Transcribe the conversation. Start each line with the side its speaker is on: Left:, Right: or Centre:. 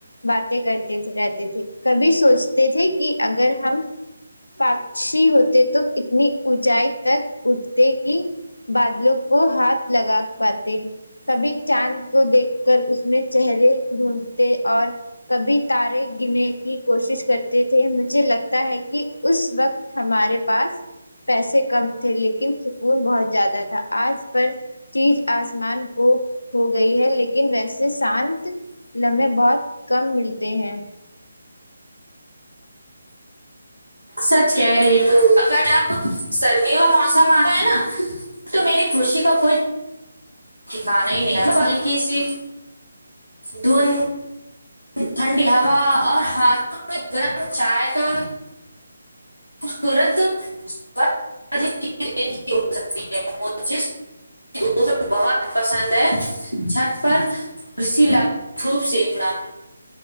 Left: باتیں کرتے رہتے تھے کبھی سوچتے تھے کہ اگر ہم پکشی ہوتے تو اتنی اونچائی تک اٹھتے کی بادلوں کو ہاتھ لگا پاتے کبھی چاند کو دیکھ کر اس میں چہرے ڈھونڈتے اور کبھی تارے گنے کی کوشش کرتے تھے مجھے لگتا ہے کہ اس وقت ہمارے پاس پیسے کم تھے لیکن سکون بہت زیادہ تھا آج پر چیز آسمان کو ہوگئی ہے لیکن ویسے سانتہ لمحے بہت کم ملتے ہیں
Right: سچ کہہ رہی تو اگر اب سردیوں موسم آ رہا ہے نا تو میری خوشی کا کوئی ٹھکانا ہی نہیں کی سی دھون ٹھنڈی ہوا اور ہاتھوں میں گرم چائے کا <unintelligible> مجھے بہت پسند ہے چھت پر اسیی لگ دھوپ سیکھنا